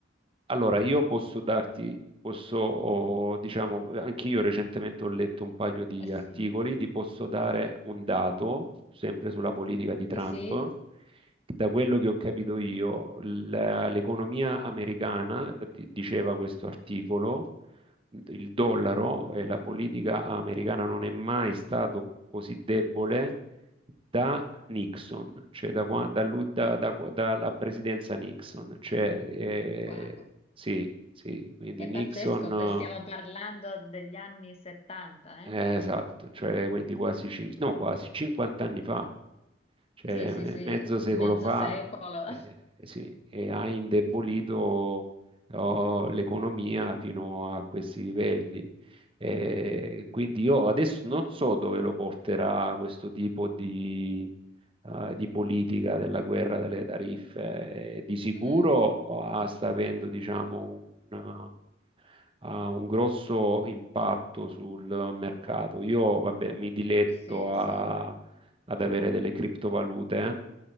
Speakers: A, on the right; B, on the left.
A: allora io posso darti, posso, oh, diciamo, anche io recentemente ho letto un paio di
B: Eh sì.
A: articoli, ti posso dare un dato, sempre sulla politica di Trump.
B: Sì, sì,
A: Da quello che ho capito io, l- l'economia americana, di- diceva questo articolo, il dollaro e la politica americana non è mai stato così debole da Nixon, cioè da qua- da lui- da- da- dalla presidenza Nixon. Cioè, eh,
B: wow,
A: sì, sì, quindi
B: è
A: Nixon,
B: pazzesco, per- stiamo parlando degli anni 70,
A: eh,
B: eh?
A: esatto, cioè quindi quasi, ci- no, quasi 50 anni fa. Cioè,
B: Sì, sì,
A: me-
B: sì,
A: mezzo secolo
B: mezzo
A: fa
B: secolo.
A: eh,
B: <laughs>
A: eh, sì, e ha indebolito oh, l'economia fino a questi livelli. Eh, quindi io adesso non so dove lo porterà questo tipo di, eh, di politica della guerra delle tariffe. Eh, di sicuro
B: Mm,
A: oh, ah, sta avendo, diciamo, un, eh, ha un grosso impatto sul mercato. Io, vabbè, mi diletto
B: Sì, sì.
A: a, ad avere delle criptovalute. eh?